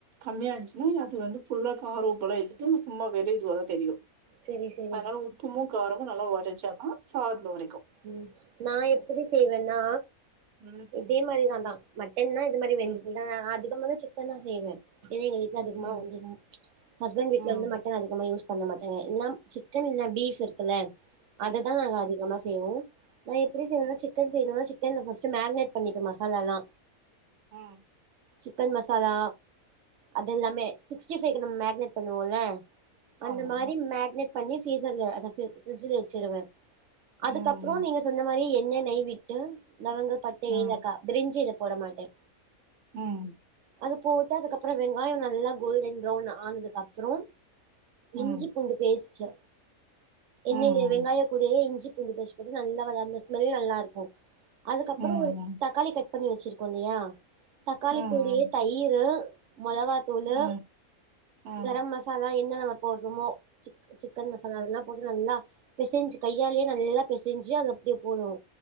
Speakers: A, on the right; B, on the right.
A: கம்மியா இருந்துச்சுன்னா அது வந்து ஃபுல்லா கார உப்பலா இழுத்து சும்மா வெறு இதுவா தா தெரியு
B: செரி செரி
A: அர உப்புமு காரமு நல்லா உரைச்சா தா சாதத்தில உரைக்கு
B: ம் நான் எப்படி செய்வன்னா
A: ம்
B: இதே மாரிதா தா என்னா இது மாரி வெந்துதா
A: ம்
B: அதிகமா தா சிக்கன் தான் செய்வேன். ஏன்ன எங்க வீட்ல அதிகமா
A: ம்
B: வந்து ச்சு ஹஸ்பண்ட் வீட்ல
A: ம்
B: வந்து மட்டன் அதிக யூஸ் பண்ண மாட்டாங்க எல்லா சிக்கன் இல்லனா பீப் இருக்குல்ல அதைதான் நாங்க அதிகமா செய்வோம் நான் எப்படி செய்வானா
A: ம்
B: சிக்கன் செய்னுன்னா சிக் <unintelligible> பஸ்ட்டு மேரினேட் பண்ணிப்பே மசாலல்லா
A: ம்.
B: சிக்கன் மசாலா அது இல்லாமே சிக்ஸ்டி <unintelligible> நம்ம மேக்னேட் பண்ணுவோல அந்த
A: ஆமா
B: மாரி
A: ம்
B: மேக்னெட் பண்ணி ஃப்ரீசர்ல அதா ஃப்ரிட்ஜல வச்சருவே
A: ம்
B: அதுக்கப்றோ நீங்க சொன்ன மாரி எ ண்ணே, நெய் விட்டு. லவங்க, பட்ட,
A: ம்
B: ஏலக்கா பிரிஞ்சி இல போட மாட்டே
A: ம்.
B: அது போட்டு அதுக்கப்பறோ வெங்காயோ நல்லா கோல்டன் ப்ரௌன் ஆனதுக்கு அப்புறோ
A: ம்
B: இஞ்சி பூண்டு பேஸ்ட்டு எண்ணெய்ல
A: ம் ம்
B: வெங்காய கூடயே இஞ்சி பூண்டி பேஸ்ட்டு நல்லா வ அந்த ஸ்மெல் நல்லாஇருக்கு அதுக்கப்பறோ
A: ம் ம்
B: ஒரு தக்காளி கட் பண்ணி வச்சிருக்கோ இல்லையா தக்காளி
A: ம்
B: கூடயே தயிரு. மொளகா தூளு
A: ம் ம்
B: கரம் மசாலா எண் என்ன நம்ம போட்றோமோ, சிக்கன் மசாலா அதெல்லா போட்டு நல்லா பேசஞ்சி கையால்யே நல்லா பெசஞ்சி அது அப்டியே போடுவோ